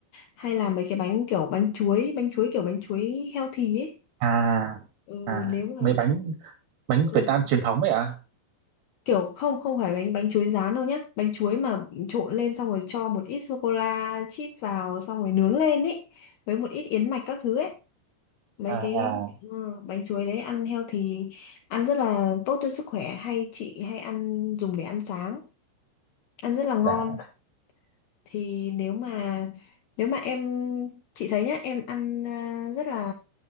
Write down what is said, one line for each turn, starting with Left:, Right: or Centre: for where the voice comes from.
Left: hay làm mấy cái bánh kiểu bánh chuối bánh chuối kiểu bánh chuối healthy ấy
Right: à
Left: ừ,
Right: à
Left: nếu mà
Right: mấy bánh bánh
Left: ừ,
Right: Việt Nam truyền thống ấy ạ
Left: kiểu không không phải bánh bánh chuối rán đâu nhá bánh chuối mà trộn lên xong rồi cho một ít sô cô la chip vào xong rồi nướng lên ấy với một ít yến mạch các thứ ấy mấy
Right: à à
Left: cái
Right: à,
Left: ờ, bánh chuối đấy ăn healthy ăn rất là tốt cho sức khỏe hay chị hay ăn dùng để ăn sáng ăn rất là ngon
Right: dạ
Left: thì nếu mà nếu mà em chị thấy nhá em ăn ờ, rất là